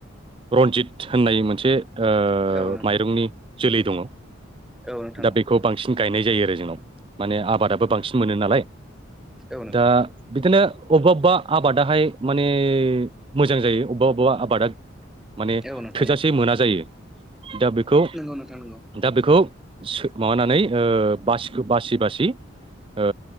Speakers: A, on the right (about 25°); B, in the centre.
A: रन्जित होननाय मोनसे ओ
B: औ नोंथां
A: माइरंनि जोलै दङ
B: औ नोंथां
A: दा
B: औ
A: बेखौ बांसिन गायनाय जायो आरो जोंनाव माने आबादाबो बांसिन मोनो नालाय
B: औ नोंथां
A: दा बिदिनो अबबा अबा आबादाहाय माने मोजां जायो अबेबा अबेबा आबादा माने
B: औ नोंथां
A: थोजासे
B: औ
A: मोना जायो। दा बेखौ
B: नंगौ नोंथां नंगौ
A: दा बेखौ माबानानै ओ बासि बासि बासि ओ